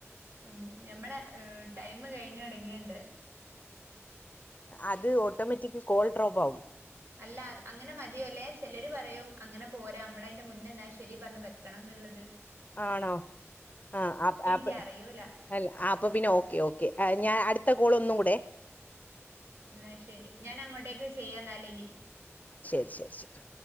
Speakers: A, on the right; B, on the left.
A: ഉം ഞമ്മളെ ടൈമ് കഴിഞ്ഞൊട്ങ്ങീണ്ട്
B: അത്ഓട്ടോമാറ്റിക് കോൾ ഡ്രോപ്പാവും
A: അല്ല അങ്ങനെമതിയോല്ലേ ചെലോര് പ റയും അങ്ങനെ പോരാ അമ്മളയിന്റെ മുന്നേ ന്നെ ശെരി പർഞ്ഞ് വെക്കണം ന്ന്ള്ളത്.
B: ആണോ ആ ആപ്പ് ആപ്പ്
A: എനിക്ക് അറിയൂല
B: അല്ല ആപ്പപിന്നെ ഓക്കെയോക്കെ അ ഞാൻ അട്ത്തകോളൊന്നുടെ.
A: എന്നാ ശെരി ഞാനങ്ങോട്ടേക്ക് ചെയ്യാന്നാലിനി.
B: ശെരി ശെരി